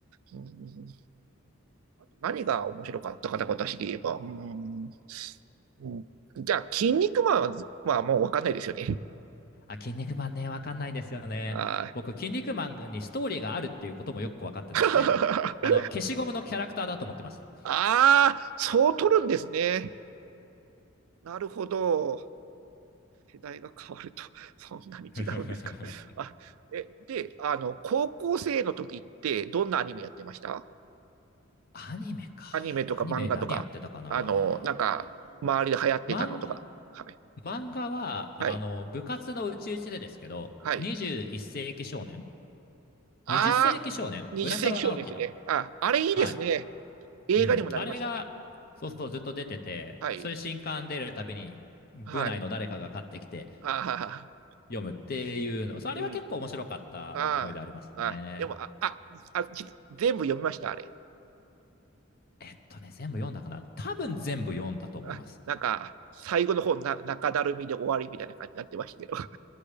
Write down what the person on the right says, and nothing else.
うん、何が面白かったかな、私で言えば。うん、うん、じゃあ、筋肉マンは、まあ、もうわかんないですよね。
あー
<laughs>
あー、そう取るんですね。なるほど。世代が変わると、そんなに違うんですか。
あえであの、高校生の時って、どんなアニメやってました
アニメとか漫画とか、
あの、なんか、周りで流行ってたのとか。
はい。
はい。
はい。
ああ、
20世紀少年ですね。あ、あれいいですね。
映画にもなりましたね。
はい。
はい。
ああ、
<laughs>
うん。ああ、あ、でも、あ、あ、あ、じ全部読みました、あれ。
あ、なんか、最後の方な、中だるみで終わりみたいな感じになってましたけど。<laughs>